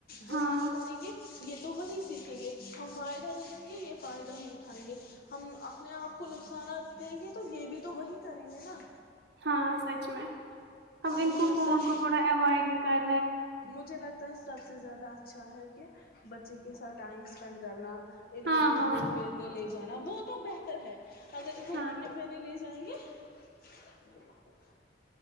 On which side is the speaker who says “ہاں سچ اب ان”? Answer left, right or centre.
Right